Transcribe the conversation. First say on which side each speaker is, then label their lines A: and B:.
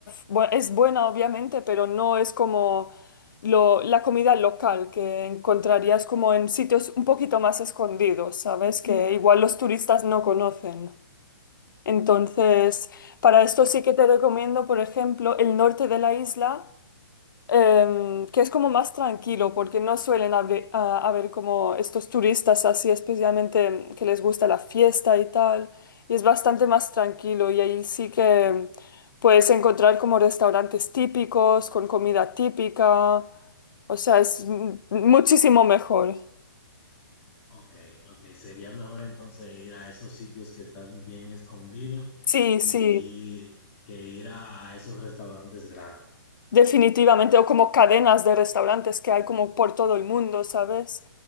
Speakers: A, on the left; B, on the left.
A: bu- es buena obviamente, pero no es como lo- la comida local que encontrarías como en sitios un poquito más escondidos, ¿sabes? Que igual los turistas no conocen. Entonces, para esto sí que te recomiendo, por ejemplo, el norte de la isla, em, que es como más tranquilo, porque no suelen haber, a- haber como estos turistas así, especialmente que les gusta la fiesta y tal, y es bastante más tranquilo y ahí sí que puedes encontrar como restaurantes típicos, con comida típica, o sea, es mm, muchísimo mejor.
B: Okey, okey, sería mejor entonces ir a esos sitios que están bien escondidos
A: Sí, sí.
B: que ir que ir a a esos restaurantes grandes.
A: Definitivamente, o como cadenas de restaurantes que hay como por todo el mundo, ¿sabes?